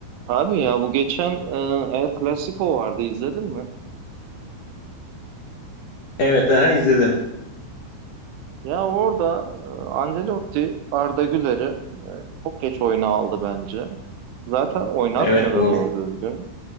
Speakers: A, on the right; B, on the left.
A: Abi ya bu geçen e, El Clasico vardı izledin mi?
B: Evet, aha izledim.
A: Ya orada e, Ancelotti Arda Güler'i çok geç oyuna aldı bence. Zaten oynatmıyor
B: Evet
A: da
B: doğru.
A: doğru düzgün.